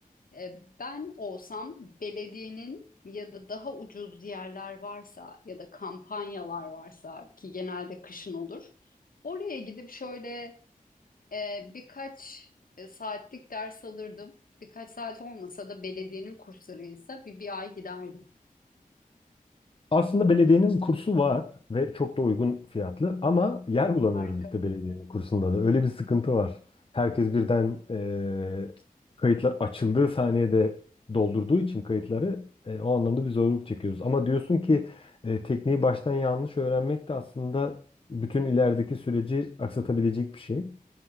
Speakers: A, on the left; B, on the left.
A: e, ben olsam belediyenin ya da daha ucuz yerler varsa ya da kampanyalar varsa ki genelde kışın olur. Oraya gidip şöyle ee, birkaç e, saatlik ders alırdım. Birkaç saat olmasa da belediyenin kurslarıysa bir, bir ay giderdim
B: Aslında belediyenin kursu var ve çok da uygun fiyatlı ama yer bulamıyoruz
A: arka.
B: işte belediyenin kursunda da. Öyle bir sıkıntı var. Herkes birden eee, kayıtlar açıldığı saniyede doldurduğu için kayıtları e, o anlamda bir zorluk çekiyoruz. Ama diyorsun ki e, tekniği baştan yanlış öğrenmek de aslında bütün ilerideki süreci aksatabilecek bir şey.